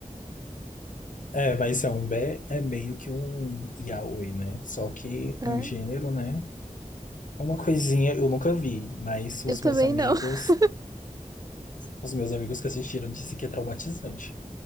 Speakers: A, on the left; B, on the right.
A: É, mas é um B é meio que um yaoi, né? Só que
B: É.
A: um gênero, né? Uma coisinha eu nunca vi, mas os
B: Eu também
A: meus amigos,
B: não. <laughs>
A: os meus amigos que assistiram disse que é traumatizante.